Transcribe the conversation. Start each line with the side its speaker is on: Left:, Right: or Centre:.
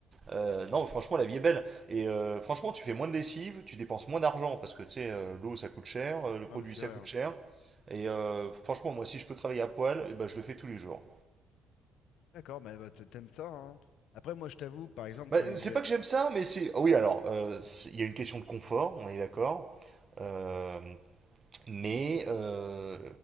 Right: Euh, non, franchement, la vie est belle. Et euh, franchement, tu fais moins de lessive, tu dépenses moins d'argent parce que tu sais, euh, l'eau ça coûte cher, euh, le
Left: Ah,
Right: produit
Left: mais c'est
Right: ça
Left: vrai,
Right: coûte
Left: hein.
Right: cher. Et euh, franchement, moi, si je peux travailler à poil, eh ben, je le fais tous les jours.
Left: D'accord, mais bah, t- t'aimes ça, hein. Après, moi, je t'avoue, par exemple,
Right: Bah,
Left: quand il
Right: c'est
Left: faisait...
Right: pas que j'aime ça, mais c'est. ah Oui, alors, euh, c'est- il y a une question de confort, on est d'accord. Euh, mais euh,